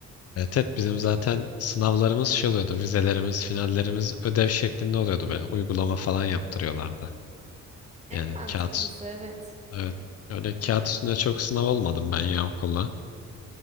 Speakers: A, on the left (about 55°); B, on the right (about 20°).
A: Evet, evet bizim zaten sınavlarımız şey oluyordu. Vizelerimiz, finallerimiz ödev şeklinde oluyordu. Böyle uygulama falan yaptırıyorlardı.
B: <laughs>
A: Yani
B: En mantıklısı
A: kağıt,
B: evet.
A: evet. Öyle kağıt üstünde çok sınav olmadım ben ya okulla.